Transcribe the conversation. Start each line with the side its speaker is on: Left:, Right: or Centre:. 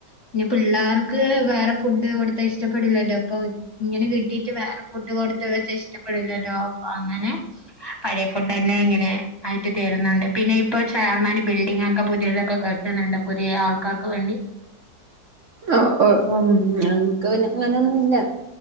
Left: പിന്നെ പിള്ളേർക്ക് വേറെ ഫുഡ് കൊടുത്താ ഇഷ്ടപ്പെടില്ലല്ലോ അപ്പൊ ഇങ്ങനെ കിട്ടീട്ട് വേറെ ഫുഡ് കൊടുത്ത് വെച്ചാ ഇഷ്ടപ്പെടില്ലല്ലോ അപ്പൊ അങ്ങനെ പഴയ ഫുഡ് തന്നെ അങ്ങനെ ആയിട്ട് തരുന്നുണ്ട് പിന്നെ ഇപ്പോ ചെയർമാൻ പിന്നെ ഇപ്പൊ ചെയര്മാന്റെ ബിൽഡിംഗ് ഒക്കെ പുതിയതൊക്കെ കെട്ടുന്നുണ്ട് പുതിയ ആൾക്കാർക്ക് വേണ്ടി
Right: ഓ ഓ ഞങ്ങൾക്ക് പിന്നെ അങ്ങനെമ ഒരുല്ല